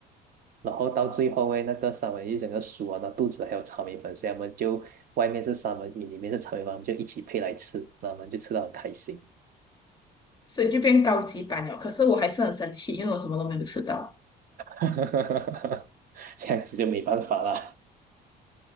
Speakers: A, on the right (about 60°); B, on the left (about 25°).
A: 然后到最后诶，那个三文鱼整个熟啊，那肚子还有炒米粉，所以他们就外面是三文鱼，里面是炒米粉，他们就一起配来吃，那我们就吃到很开心，
B: 所以就变高级版了。可是我还是很生气，因为我什么都没有吃到。
A: <laughs> 这样子就没办法啦，